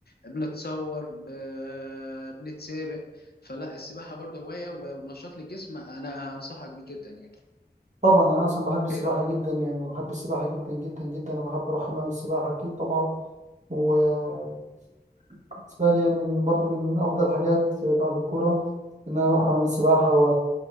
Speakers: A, on the left (about 65°); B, on the right (about 45°).
A: بنتصور ب- بنتسابق فلا السباحة برضو هواية و- ونشاط للجسم أنا أنصحك بيه جدا يعني
B: طبعا انا اصلا بحب السباحه
A: إيه رأيك؟
B: جدا يعني بحب السباحه جدا جدا جدا وبحب اروح حمام السباحه اكيد طبعا وبالنسبه لي يعني من برضو من افضل حاجات بعد الكوره ان انا اروح حمام السباحه و...